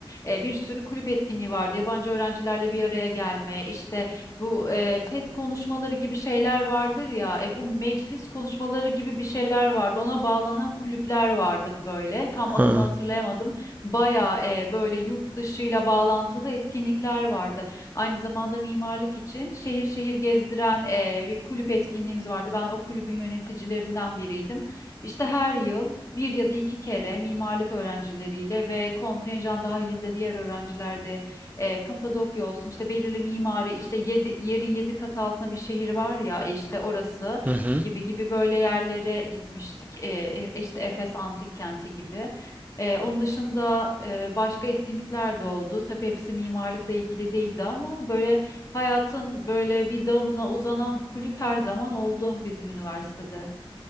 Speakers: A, on the left; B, on the right.
A: e, bir sürü kulüp etkinliği vardı. Yabancı öğrencilerle bir araya gelme, işte bu e, TED konuşmaları gibi şeyler vardır ya. E, bu meclis konuşmaları gibi bir şeyler vardı. Ona bağlanan kulüpler vardı böyle. Tam adını
B: Ha.
A: hatırlayamadım. Bayağı e, böyle yurt dışıyla bağlantılı etkinlikler vardı. Aynı zamanda mimarlık için şehir şehir gezdiren eee, bir kulüp etkinliğimiz vardı. Ben o kulübün yöneticilerinden biriydim. İşte her yıl bir ya da iki kere mimarlık öğrencileriyle ve kontenjan dahilinde diğer öğrenciler de eee, Kapadokya olsun işte belirli mimari işte yedi, yerin yedi kat altına bir şehir var ya işte orası
B: Hı hı.
A: gibi gibi böyle yerlere gitmiştik. Eee, e- işte Efes Antik Kenti gibi. Ee, onun dışında e, başka etkinlikler de oldu. Tabii hepsi mimarlıkla ilgili değildi ama böyle hayatın böyle bir dalına uzanan kulüp her zaman oldu bizim üniversitede.